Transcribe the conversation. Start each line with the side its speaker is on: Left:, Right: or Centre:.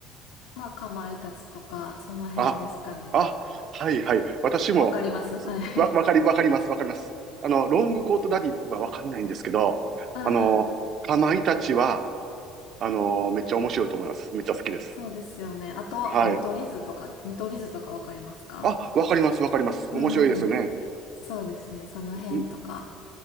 Left: まあ、かまいたちとか、その辺ですかね。
Right: あ、あ、はいはい。私も、
Left: わかりますはい。
Right: すわ、わかり、わかります、わかります。あの、ロングコートダディはわかんないんですけど、
Left: <laughs> あ、
Right: あの、
Left: はい。
Right: かまいたちは、あの、めっちゃ面白いと思います。めっちゃ好きです。
Left: そうですよね。あとあ見取り図とか、
Right: はい。
Left: 見取り図とかわかりますか
Right: あ、わかります、わかります。
Left: うんうんうん。
Right: 面白いですよね。
Left: そうですね。その辺とか。
Right: ん